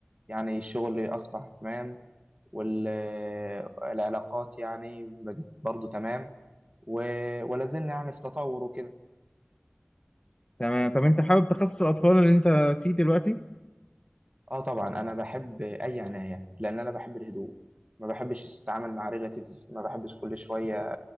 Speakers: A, on the right; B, on the left.
A: يعني الشغل أصبح تمام والعلاقات يعني بقت برضو تمام و- ولا زلنا يعني في تطور وكده
B: تمام طب انت حابب تخصص الاطفال اللي انت فيه دلوقتي
A: اه طبعا انا بحب اي عناية لان انا بحب الهدوء ما بحبش التعامل مع ريلاتيفز ما بحبش كل شوية